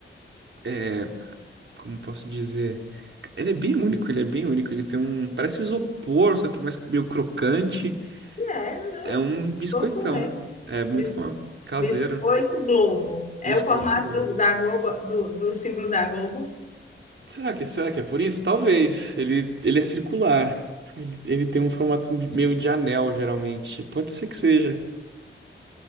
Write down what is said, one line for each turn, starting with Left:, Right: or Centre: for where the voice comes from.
Right: é, como posso dizer? Ele é bem único, ele é bem único. Ele tem um, parece isopor, só que mais meio crocante.
Left: É,
Right: É um biscoitão.
Left: vou comer.
Right: É muito
Left: Bis-
Right: bom. Caseiro.
Left: biscoito Globo. É
Right: Biscoito
Left: o formato
Right: Globo.
Left: do, da Globo, do, do símbolo da Globo.
Right: Será que, será que é por isso? Talvez. Ele, ele é circular. Ele, ele tem um formato meio de anel, geralmente. Pode ser que seja.